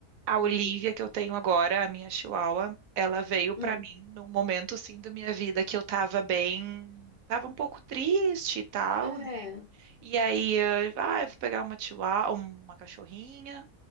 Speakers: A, on the right; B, on the left.
A: a Olivia
B: Uhum.
A: que eu tenho agora, a minha chihuahua, ela veio pra
B: Hum.
A: mim num momento assim da minha vida que eu tava bem, tava um pouco triste e tal,
B: É.
A: né? E aí, eh, ah, eu vou pegar uma chihuahua, uma cachorrinha.